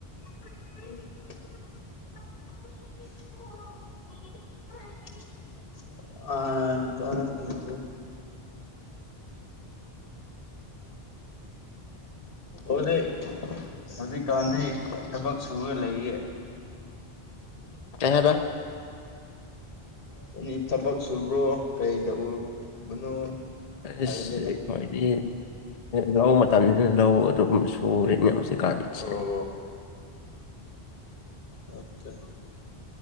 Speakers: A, on the left; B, on the left.
A: <unintelligible> <unintelligible> ꯑꯣꯗꯩ ꯍꯧꯖꯤꯛꯀꯥꯟꯁꯤ ꯊꯕꯛ ꯁꯨꯔ ꯂꯩꯌꯦ
B: ꯀꯩ ꯍꯥꯏꯕ
A: ꯑꯦꯅꯤ ꯊꯕꯛ ꯁꯨꯕ꯭ꯔꯣ ꯀꯩꯗꯧꯕꯅꯣ ꯍꯥꯏꯕꯅꯤꯗ
B: ꯏꯁ ꯑꯩꯈꯣꯏꯗꯤ ꯂꯧ ꯃꯇꯝꯅꯤꯅ ꯂꯧ ꯑꯗꯨꯝ ꯁꯨꯔꯦ ꯅ ꯍꯧꯖꯤꯛꯀꯥꯥꯟꯁꯦ
A: ꯑꯣ ꯑꯠꯇ